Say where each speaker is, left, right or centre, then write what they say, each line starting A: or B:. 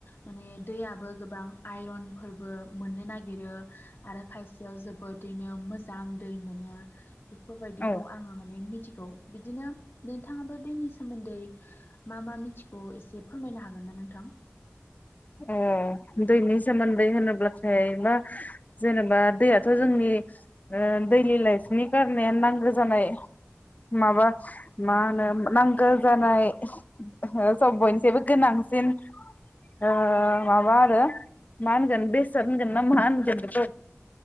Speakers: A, on the left (about 55°); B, on the left (about 35°).
A: माने दैयाबो गोबां आइरन फोरबो मोननो नागिरो आरो खायसेयाव जोबोदैनो मोजां दै मोनो। बेफोरबायदिखौ
B: औ
A: आङो माने मिथि गौ बिदिनो नोंथाङाबो दैनि सोमोन्दै मा मा मिथिखौ एसे फोरमायनो हागोन ना नोंथां?
B: ओ दैनि सोमोन्दै होनोब्लाथाय मा जेनेबा दैयाथ' जोंनि दैलि लाइफनि कारने नांगौ जानाय माबा मा होनो नांगौ जानाय सब बयनिसबो गोनांसिन ओ
A: औ
B: माबा आरो मा मोनगोन बेसाद होनगोन ना मा होनगोन।